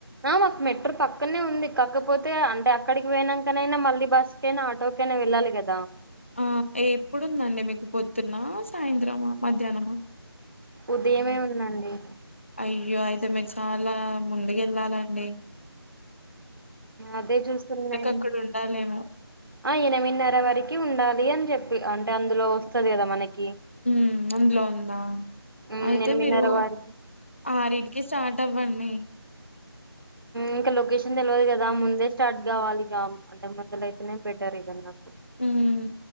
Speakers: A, on the right (about 60°); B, on the left (about 30°).
A: ఆ మాకు మెట్రో పక్కనే ఉంది. కాకపోతే అంటే అక్కడికి పోయినంకనైనా మళ్ళీ బస్సుకైనా ఆటోకైనా వెళ్ళాలి కదా
B: ఆ ఏప్పుడుందండి మీకు పొద్దున్న సాయంత్రమా మధ్యానమా
A: ఉదయమే ఉందండి
B: అయ్యో అయితేమీరు చాలా ముందు గెళ్ళాలండి.
A: అదే చూస్తున్నాయి
B: అక్కడ ఉండాలేమో
A: ఆ ఎనిమిన్నర వరకి ఉండాలి అని చెప్పి అంటే అందులో వస్తది కదా మనకి
B: ఉమ్ అందులో ఉందా
A: ఉమ్,
B: అయితే
A: ఎనిమిదిన్నర
B: మీరు
A: వారికి
B: ఆరిటికి స్టార్ట్ టవ్వండి
A: ఇంకా లొకేషన్ తెలివదు కదా ముందే స్టార్ట్ గావాలి ఇగ అంటే ముందల అయితేనే బెటర్ ఇదన్నా
B: ఊమ్